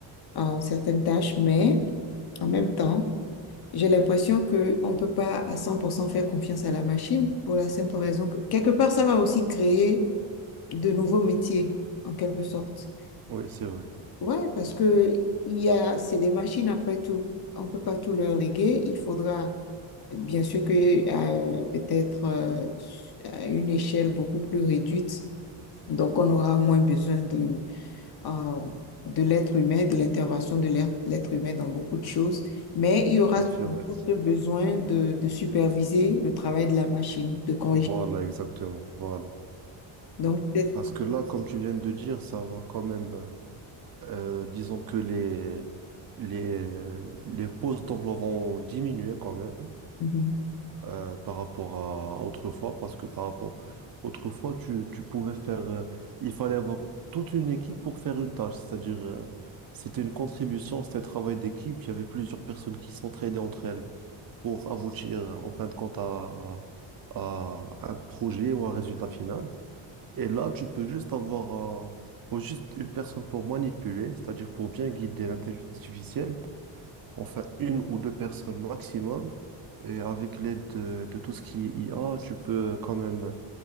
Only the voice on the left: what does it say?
euh, certaines tâches. Mais en même temps... J'ai l'impression qu'on ne peut pas à 100% faire confiance à la machine pour la simple raison que quelque part, ça va aussi créer de nouveaux métiers, en quelque sorte.
Ouais, parce que il y a, c'est des machines après tout. On ne peut pas tout leur léguer. Il faudra, bien sûr que euh, peut-être euh, à une échelle beaucoup plus réduite, donc on aura moins besoin de, euh, de l'être humain, de l'intervention de l'être l'être humain dans beaucoup de choses, mais il y aura
toujours ce besoin de, de superviser le travail de la machine, de corriger.
Donc,
peut-être-
Mhm.